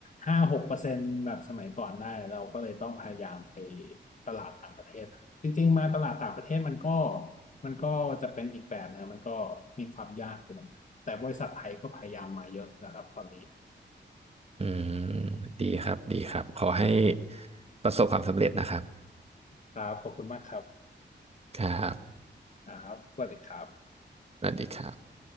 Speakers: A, on the left (about 40°); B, on the right (about 30°).
A: ห้าหกเปอร์เซ็นต์แบบสมัยก่อนได้เราก็เลยต้องพยายามไปตลาดต่างประเทศจริงๆมาตลาดต่างประเทศมันก็มันก็จะเป็นอีกแบบนะมันก็มีความยากอยู่เหมือนกันแต่บริษัทไทยก็พยายามมาเยอะนะครับตอนนี้
B: อืมดีครับดีครับขอให้
A: ครับ
B: ประสบความสำเร็จนะครับ
A: ครับขอบคุณมากครับ
B: ครับ
A: ครับสวัสดีครับ
B: สวัสดีครับ